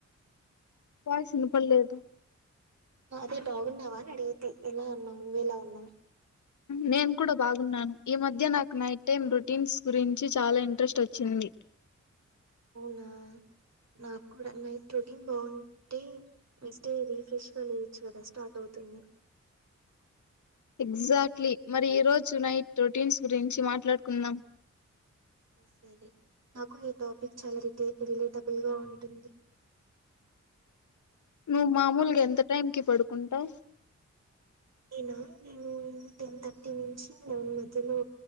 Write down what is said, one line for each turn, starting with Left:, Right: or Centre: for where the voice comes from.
Left: వాయిస్ ఇనపడలేదు
Right: అదే బాగున్నావా అడిగితే ఎలా ఉన్నావు నువ్వు ఎలా ఉన్నావు
Left: నేను కూడా బాగున్నాను ఈ మధ్య నాకు నైట్ టైమ్ రొటీన్స్ గురించి చాలా ఇంట్రెస్ట్ వచ్చింది
Right: ఒనా నాకు కూడా నైట్ రొటీన్ బాగుంటే నెక్ట్ రీఫ్రెష్గా లేయచ్చు కదా స్టార్ట్ అవుతు ఎమో
Left: ఎగ్జాక్ట్లీ మరి ఈరోజు నైట్ రొటీన్స్ గురించి మాట్లాడుకుందాం
Right: సరే నాకు ఈ టాపిక్ చాలా రిట రిలేటబుల్ గా ఉంటుంది
Left: నువ్వు మామూలుగా ఎంత టైం కి పడుకుంటావు
Right: నేనా నేను టెన్ థర్టీ నుంచి లెవెన్ మధ్యలో